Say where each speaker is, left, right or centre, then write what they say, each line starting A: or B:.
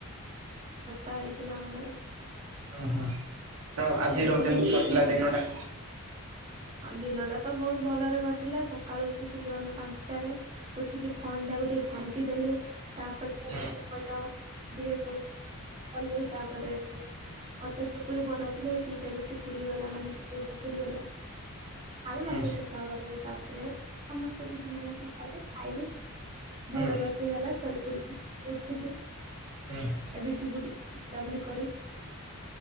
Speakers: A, on the right; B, on the right.
A: ତ ହେଇଥିଲା ଆମର।
B: ଓହୋ ତ ଆଜିର
A: ଏବେ ଟିକେ
B: କେମିତି
A: ଯିବୁ
B: କାଟିଲା ଦିନ ଟା।
A: ଦିନ ଟା ତ ବହୁତ ଭଲରେ କଟିଲା ସକାଳୁ ଉଠିଥିଲୁ ଆମେ ପାଞ୍ଚଟାରେ ଉଠିକି ଫନ୍ ଟାକୁ ଟିକେ ଘାଣ୍ଟି ଦେଲୁ ତାପରେ <unintelligible>
B: ହୁଁ
A: ସେପଟ ଟିକେ ସବୁ କଲୁ ତାପରେ। ଅଟା ଚକୁଳି ବନାଉଥିଲୁ ଦିଟା ରୁଟି ପୁଡିଗଲା ମାନେ ଚକୁଳି ଟା ପୁଡିଗଲା। ଛାଡୁନଥିଲେ
B: ହୁଁ ହୁଁ
A: ସେତାପରେ ତାପରେ ସମସ୍ତେ ଦିଦି ମାନେ ଆସିକି କଲେ ଖାଇଲୁ।
B: ହୁଁ
A: ଭଲ ରୋଷେଇ ହେଲା ଶୋଇ ପଡିଥିଲୁ ଉଠିଲୁ
B: ହୁଁ ହୁଁ
A: ଏବେ ଯିବୁ ଟି ବୁଲାବୁଲି କରି।